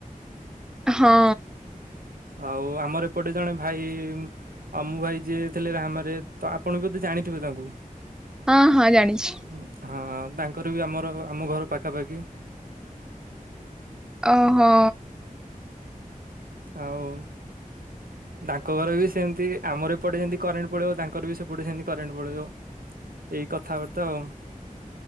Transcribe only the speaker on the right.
ଆଉ ଆମର ଏପଟେ ଜଣେ ଭାଇ ଅମଁ ଭାଇ ଯିଏ ଥିଲେ ରାମରେ ତ ଆପଣ ବି ବୋଧେ ଜାଣିଥିବେ ତାଙ୍କୁ।
ହଁ ହଁ। ତାଙ୍କର ବି ଆମର ଆମ ଘର ପାଖାପାଖି।
ଆଉ, ତାଙ୍କ ଘର ବି ସେମିତି ଆମର ଏପଟେ ଯେମିତି କରେଣ୍ଟ ପଳେଇବ ତାଙ୍କର ବି ସେପଟେ ସେମିତି କରେଣ୍ଟ ପଳେଇବ। ଏଇ କଥାବାର୍ତ୍ତା ଆଉ।